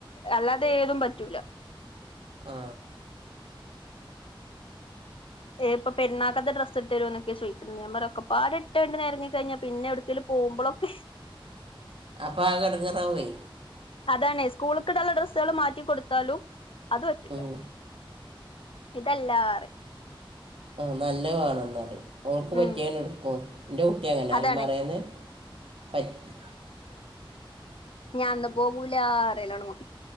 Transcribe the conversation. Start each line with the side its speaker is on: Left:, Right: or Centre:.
Left: അല്ലാതെ ഏതും പറ്റൂല
Right: ആ
Left: ഏ ഇപ്പ പെണ്ണാക്കാത്തെ ഡ്രസ്സ് ഇട്ട്രുമ എന്നൊക്കെ ചോദിക്ക ഞാ പറ ഒപ്പാട് ഇട്ടണ്ടി നേരഞ്ഞ കഴിഞ്ഞാ പിന്നെ എടുക്കൽ പോകുമ്പോളൊക്കെ
Right: അപ്പ ആകെ ഇടങ്ങേറ് ആകുമേ
Left: അതണേ സ്കൂൾക്കിടെള്ള ഡ്രസ്സുകള് മാറ്റി കൊടുത്താലും അത് പറ്റില്ല
Right: ഉം
Left: ഇതല്ലാറ
Right: ആ നല്ല വേണമെന്നുപറയും അവൾക്ക് പറ്റിയ
Left: ഉം
Right: എടുക്കും എന്റെ കുട്ടി അങ്ങനെ അൽമാറന്ന്
Left: അതാണ്
Right: പറ്റി
Left: ഞാന്ന് പോക പൂല അറല്ലണങ്ങോ